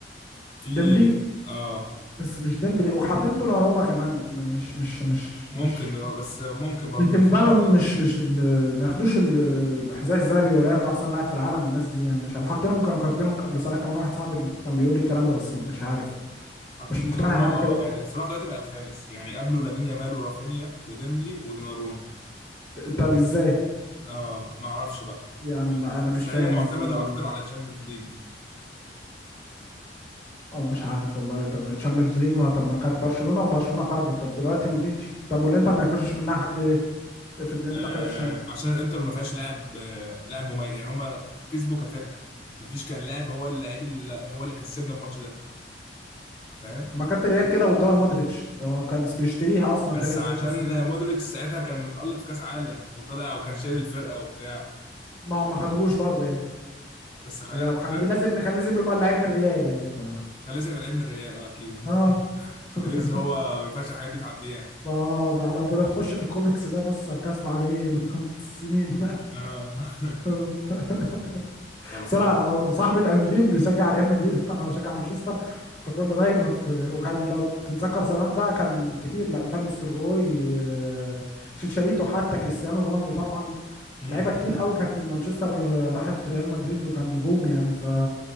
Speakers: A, on the left (about 30°); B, on the left (about 15°).
A: في
B: ديمبلي
A: اه
B: بس مش ديمبلي وحاطين دوناروما كمان م- مش مش مش
A: ممكن
B: مش
A: دوناروما بس ممكن برضه
B: مش
A: بس
B: البالون
A: هو
B: مش مش ال- ما ياخدوش ال- الحذاء الذهبي ولا ياخدوا احسن لاعب في العالم الناس دي يعني مش عارف وحاطينهم كانوا كاتبينهم قبل صلاح كمان واحد صاحبي اللي كان بيقول لي الكلام ده بس مش عارف
A: حاطين
B: مش مقتنع
A: دوناروما اه
B: انا كده
A: يعني
B: خالص
A: صلاح دلوقتي بقى الخامس يعني قبله لامين يامال ورافينيا وديمبلي ودوناروما
B: طب ازاي
A: اه ما اعرفش بقى
B: يعني
A: ما اعرفش
B: ما انا
A: بس
B: مش
A: هي
B: فاهم
A: معتمده
B: ازاي
A: اكتر على تشامبيونز ليج
B: او مش عارف والله طب تشامبيونز ليج ما طب ما خد برشلونة وبرشلونة خرجت طب دلوقتي ما فيش طب والانتر ما يخشش منها حد ليه افرض الانتر
A: آه
B: خدت الشامبيونز
A: عشان الانتر ما فيهاش لاعب آه لاعب مميز يعني هم كسبوا كفرقه ما فيش كان لاعب هو اللعيب اللي هو اللي كسبنا الماتش ده فاهم
B: ما كانت الريال كده والدول مودريتش هو كان بيشتريها اصلا
A: بس
B: بيريز
A: عشان
B: ده تحس انها
A: مودريتش ساعتها كان متألق في كاس عالم وطلع وكان شايل الفرقه وبتاع
B: ما هم ما خدوهوش برضو يعني
A: بس خلاها
B: هي كان
A: كان
B: بي- لازم كان لازم يبقى اللعيب من الريال يعني ف
A: لازم يبقى لعيب من الريال اه اكيد
B: اه <laughs>
A: دريز هو ما ينفعش الحاجات دي تعديه يعني
B: اه ده على بيخش في الكوميكس ده بص ساركاسم عليه <laughs> السنين
A: اه <laughs>
B: <laughs>
A: فالحوار
B: صراحة انا صاحبي الانديم بيشجع ريال مدريد <laughs> وانا بشجع مانشستر فكنا دايما في وكان لو تتذكر زمان بقى كان كتير لا فان نيستلروي آه، شيتشاريتو حتى كريستيانو رونالدو طبعا
A: مم.
B: لعيبه كتير قوي كانت من مانشستر آه، راحت ريال مدريد وكان نجوم يعني ف